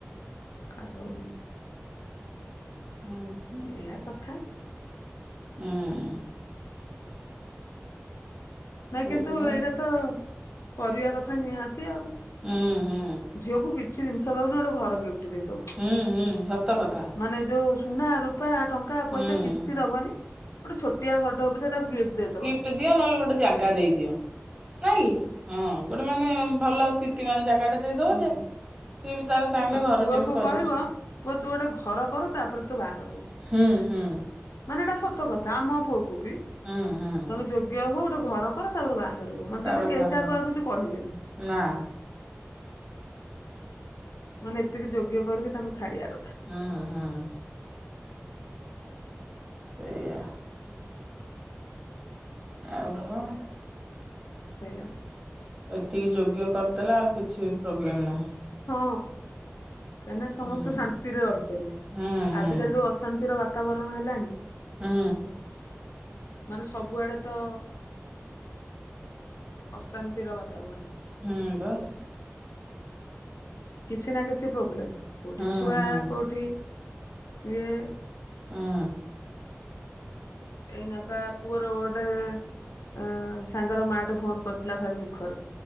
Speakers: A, on the left (about 80°); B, on the right (about 25°).
A: ଆଉ
B: ହୁଁ।
A: ଏଇଆ କଥା
B: ହୁଁ।
A: ନାଇ
B: ସେଇଥିପାଇଁ
A: କିନ୍ତୁ ଏଇଟା ତ କରିବା କଥା ନିହାତି ଆଉ
B: ହୁଁ ହୁଁ
A: ଝିଅକୁ କିଛି ଜିନିଷ ଦଉନି ଗୋଟେ ଘର ଗିଫ୍ଟ ଦେଇଦବୁ।
B: ହୁଁ-ହୁଁ ସତ କଥା।
A: ମାନେ ଯୋଉ ସୁନା ରୂପା ଟଁ କା ପଇସା
B: ହୁଁ
A: କିଛି ଦବନି ଗୋଟେ ଛୋଟିଆ ଘରଟେ ହଉ ପଛେ ତାକୁ ଗିଫ୍ଟ ଦେଇଦବ।
B: ଟି ଦିଅ ନହେଲେ ଗୋଟେ ଜାଗା ଦେଇଦିଅ ନାଇଁ କି ହଁ ଗୋଟେ ମାନେ ଭଲ ସ୍ଥି ତି ମାନ୍ ଜାଗାଟା ଦେଇଦବ
A: ହୁଁ
B: ଯେ ସିଏ ବି ତାର ଚାହିଁଲେ
A: ଆଉ
B: ଘରଟେ
A: ପୁଅକୁ
B: ବି କରିକି
A: କହିବ ପୁଅ ତୁ ଗୋଟେ ଘର କର ତାପରେ ତୁ ବାହାଘର ହଉ।
B: ହୁଁ-ହୁଁ
A: ମାନେ ଏଇଟା ସତ କଥା ଆମ ପୁଅକୁ ବି
B: ହୁଁ ହୁଁ
A: ତମେ ଯୋଗ୍ୟ ହୋ ଗୋଟେ ଘର କର ତାପରେ ବାହାଘର ହୁଅ ମତେ
B: ତାପରେ
A: ଯେମ୍ତି କେହି
B: ବାହା
A: କାହାକୁ
B: ହବ
A: ଆଉ କିଛି କହିବେନି।
B: ନା।
A: ମାନେ ଏତିକି ଯୋଗ୍ୟ କରିକି ତାଙ୍କୁ ଛାଡିଆ କଥା।
B: ହୁଁ-ହୁଁ ଏଇଆ। ଆଉ କଣ?
A: ସେଇଆ ବା।
B: ଏତିକି ଯୋଗ୍ୟ କରିଦେଲା ଆଉ କିଛି ପ୍ରୋବ୍ଲେମ୍ ନାହିଁ।
A: ହଁ କାଇଁ ନା ସମସ୍ତେ
B: ହୁଁ
A: ଶାନ୍ତିରେ ରହିପାରିବେ
B: ହୁଁ ହୁଁ
A: ଆଜିକାଲି ଯୋଉ ଅଶାନ୍ତିର ବା ତାବରଣ ହେଲାଣି।
B: ହୁଁ
A: ମାନେ ସବୁଆଡେ ତ ଅଶାନ୍ତିର ବାତାବରଣ୍।
B: ହୁଁ ବା।
A: କିଛି ନା କିଛି ପ୍ରୋବ୍ଲେମ୍ କୋଉଠି
B: ହୁଁ
A: ଛୁଆ
B: ହୁଁ
A: କୋଉଠି ଇଏ
B: ଉଁ।
A: ଏଇନେ ପା ପୁଅର ଗୋଟେ ଏଁ ସାଙ୍ଗର ମା ଟେ ଫୋନ୍ କରିଥିଲା ଭାରି ଦୁଃଖରେ।